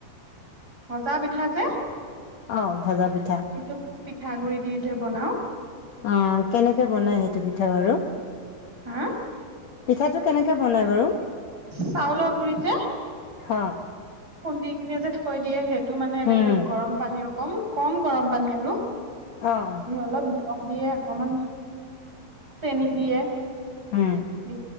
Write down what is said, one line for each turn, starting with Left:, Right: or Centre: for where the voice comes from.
Right: ভজা পিঠা যে,
Left: অ', ভজা পিঠা।
Right: আমি যে পিঠাগুৰি দি যে বনাওঁ।
Left: অ', কেনেকে বনাই সেইটো পিঠা বাৰু?
Right: হা
Left: পিঠাটো কেনেকে বনাই বাৰু?
Right: চাউলৰ গুৰি যে
Left: হা।
Right: খুন্দি কিনে যে থৈ দিয়ে, সেইটো মানে
Left: হুম,
Right: এনেকে গৰম পানী অকণ, কম গৰম পানী আৰু।
Left: অ',
Right: অলপ নিমখ দিয়ে, অকমান, চেনি দিয়ে
Left: হম।
Right: দি,